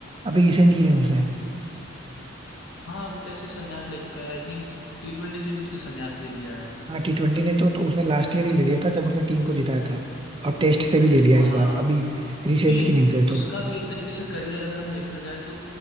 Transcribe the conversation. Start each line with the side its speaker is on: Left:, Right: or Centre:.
Right: अभी रिसेंट की न्यूज है
Left: हाँ वो टेस्ट से संन्यास ले चुका है आई थिंक टी ट्वेंटी से भी उसने संन्यास ले लिया है
Right: हाँ टी ट्वेंटी ने तो, तो उसने लास्ट ईयर ही ले लिया था जब उसने टीम को जिताया था और टेस्ट से भी ले लिया
Left: हाँ
Right: इस बार अभी रिसेंट
Left: क्योंकि
Right: की न्यूज है
Left: उसका
Right: तो
Left: भी एक तरीके से करियर अगर हम देखा जाए तो